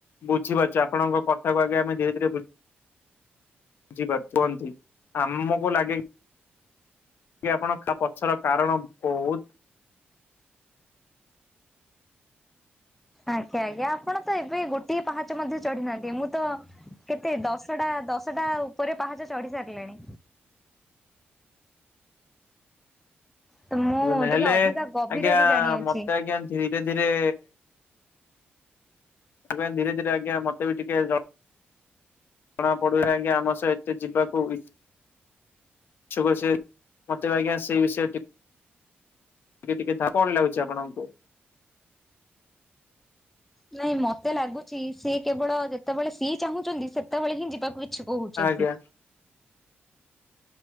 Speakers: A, on the left; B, in the centre.
A: ବୁଝିପାରୁଛୁ ଆପଣଙ୍କ କଥାକୁ ଆଗେ ଆମେ ଧୀରେ ଧୀରେ ବୁ ବୁଝିପାରୁଛୁ କୁହନ୍ତି ଆମକୁ ଲାଗେ। କି ଆପଣ ପଛର କାରଣ ବହୁତ।
B: ଆଜ୍ଞା ଆଜ୍ଞା ଆପଣ ତ ଏବେ ଗୋଟିଏ ପାହାଚ ମଧ୍ୟ ଚଢିନାହାନ୍ତି ମୁଁ ତ। କେତେ ଦଶଟା ଦଶଟା ଉପରେ ପାହାଚ ଚଢି ସାରିଲିଣି। ତ ମୁଁ
A: ନ
B: ଟିକେ
A: ହେଲେ
B: ଅଧିକା ଗଭୀରରୁ
A: ଆଜ୍ଞା
B: ଜାଣିଅଛି।
A: ମତେ ଆଜ୍ଞା ଧୀରେ ଧୀରେ ଆମେ ଧୀରେ ଧୀରେ ଆଜ୍ଞା ମତେ ଟିକେ ଦ ଜଣା ପଡୁନାହିଁ ଆମ ସହ ଏତେ ଯିବାକୁ କି ଷକୁ ସେ ମତେ ଆଜ୍ଞା ସେଇ ବିଷୟ ଟିକେ ଟିକେ ଟିକେ ଧା କଣ ଲାଗୁଛି ଆପଣଙ୍କୁ।
B: ନାଇଁ ମତେ ଲାଗୁଛି ସିଏ କେବଳ ଯେତେବେଳେ ସିଏ ଚାହୁଁଛନ୍ତି ସେତେବେଳେ ହିଁ ଯିବାକୁ ଇଚ୍ଛୁ କହୁଛନ୍ତି।
A: ଆଜ୍ଞା